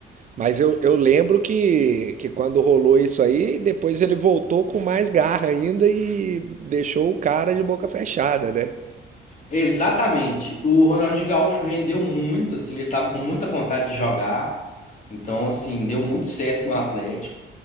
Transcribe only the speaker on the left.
Exatamente. O Ronaldinho Gaúcho rendeu muito, assim, ele tava com muita vontade de jogar. Então, assim, deu muito certo no Atlético.